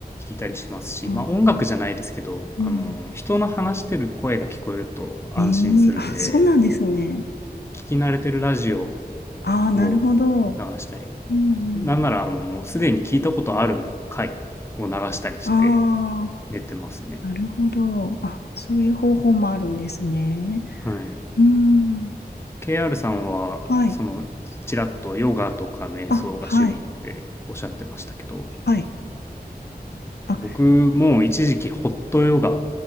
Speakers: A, on the left; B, on the left.
A: 聞いたりしますし、
B: あ
A: まあ音楽じゃないですけど、
B: ーうん。
A: あの、人の話してる声が聞こえると安心するんで、
B: ええあ、そうなんですね。
A: 聞き慣れてるラジオ
B: ああ、なるほど。
A: を流したり
B: うんうん。
A: なんなら、あの、もうすでに聞いたことある回を流したりして
B: あ
A: 寝てますね。
B: あ、なるほど。あ、そういう方法もあるんですね。
A: はい。
B: うん。
A: KR さんは、
B: はい。
A: その、ちらっとヨガとか瞑想が趣味っておっしゃってましたけど、
B: あ、はい。はい。あ、
A: 僕も一時期ホットヨガ